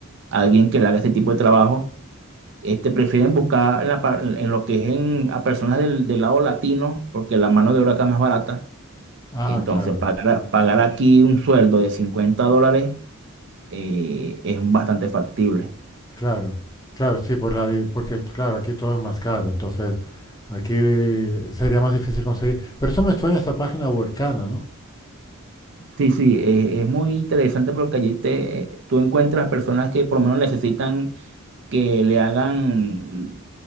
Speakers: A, on the right (about 55°); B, on the left (about 15°).
A: alguien que le haga este tipo de trabajo. Este, prefieren buscar en, la par- en lo que es en, a personas del, del lado latino, porque la mano de obra acá es más barata.
B: Ah,
A: Y entonces
B: claro,
A: pagar, a- pagar aquí un sueldo de 50 dólares eh, es bastante factible.
B: claro, claro, sí, por la, di- porque, claro, aquí todo es más caro, entonces aquí sería más difícil conseguir. Pero eso me suena a esa página Workana, ¿no?
A: Sí, sí, es, es muy interesante porque allí te, tú encuentras personas que por lo menos necesitan que le hagan